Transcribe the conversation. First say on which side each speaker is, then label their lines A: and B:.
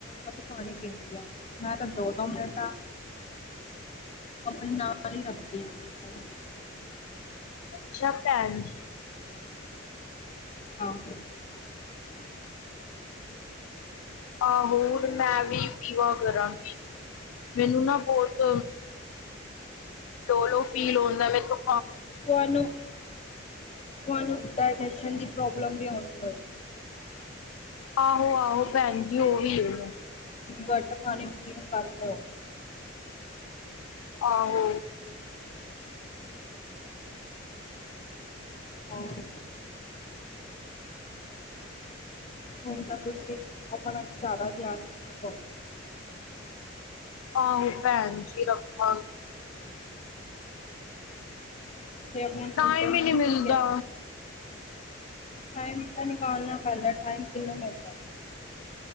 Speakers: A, on the left; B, on the left.
A: ਵੱਧ ਪਾਣੀ ਪੀਂਦੀ ਆਂ, ਮੈਂ ਤਾਂ ਦੋ-ਦੋ ਮਿੰਟਾਂ। ਆਪਣੇ ਨਾਲ ਈ ਰੱਖਦੀ ਬੋਟਲ।
B: ਅੱਛਾ ਭੈਣ ਜੀ।
A: ਆਹੋ।
B: ਆਹੋ, ਹੁਣ ਮੈਂ ਵੀ ਪੀਵਾ ਕਰਾਂਗੀ। ਮੈਨੂੰ ਨਾ ਬਹੁਤ ਲੋਹ-ਲੋਹ ਫੀਲ ਹੁੰਦਾ, ਮੇਕੋ
A: ਤਹਾਨੂੰ, ਤਹਾਨੂੰ ਡਾਇਟੈਸਨ ਦੀ ਪ੍ਰੋਬਲਮ ਵੀ ਹੁੰਦੀ ਹੋਏਗੀ।
B: ਆਹੋ-ਆਹੋ ਭੈਣ ਜੀ ਉਹ ਵੀ ਐ,
A: ਗੱਟ ਪਾਣੀ ਪੀਣ ਕਰਕੇ ਹੋਗਿਆ।
B: ਆਹੋ।
A: ਹਾਂ। ਔਰ ਹੁਣ ਤਾਂ ਤੁਸੀਂ ਆਪਣਾ ਜ਼ਿਆਦਾ ਧਿਆਨ ਰੱਖਣਾ ਪਉਗਾ।
B: ਆਹੋ ਭੈਣ ਜੀ ਆਪਾ ਨੂੰ
A: ਫੇਰ <unintelligible>
B: ਟਾਈਮ
A: ਨੂੰ,
B: ਹੀ ਨਹੀਂ ਮਿਲਦਾ
A: ਵੀ ਕਿਹਾ ਟਾਈਮ ਤਾਂ ਨਿਕਾਲਣਾ ਪੈਂਦਾ ਟਾਈਮ ਕਿਨੂੰ ਮਿਲਦਾ।